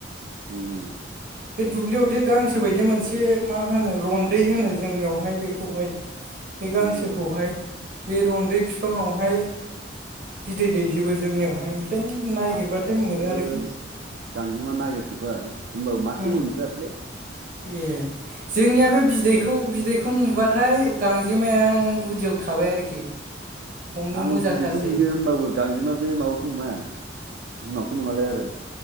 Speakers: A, on the right; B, on the right.
A: उम उम
B: बे दुब्लियावदि गांसो बायदि मोनसे मा होनो रन्दै होनो जोंनियावहाय बेखौहाय बे गांसोखौहाय
A: उम
B: बे रन्दै बिफायावहाय बिदै दैजोबो जोंनियावहाय ओमफ्राय नागिरबाथाय
A: आंथ दासिमबो
B: मोनो आरोखि
A: गांजेमा नागिरफेरबाय होमबाबो मासो
B: उम
A: मोनफेरासैलै
B: ए जोंनिया बे बिदै खौ बिदैखौ नुबाथाय गांजेमाया नों गुदियाव थाबाय आरोखि हमनो
A: आंबो
B: मोजांथारसै
A: बिदैखौ नुयो होनबाबो गांजेमा बे माबाखौ नुवा बिमाखौ नुवालाय आरो